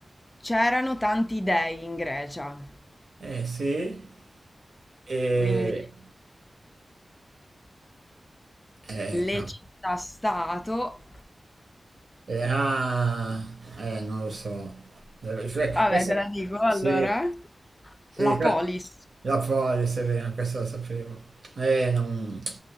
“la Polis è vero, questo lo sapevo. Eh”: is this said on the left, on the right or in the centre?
Right